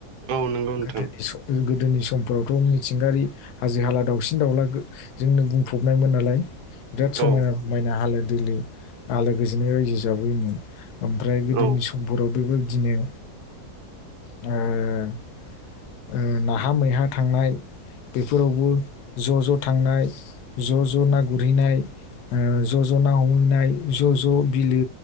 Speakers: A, on the right (about 85°); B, on the left (about 80°).
A: औ नंगौ नोंथां
B: गोदोनि गोदोनि समफोरावथ' मिथिंगायारि हाजो हाला दाावसिन दाउला जोंनो बुंफबनायमोन नालाय बिराद समायना
A: औ
B: समायना हालोद दैलो आलो गोजोनै रायजो जाबोयोमोन ओमफ्राय गोदोनि
A: औ
B: समफोराव बे बिदिनो <unintelligible> उम ओ नाहा मैहा थांनाय बेफोरावबो ज' ज' थांनाय ज' ज' ना गुरहैनाय उम ज' ज'ना हमहैनाय ज' ज' बिलो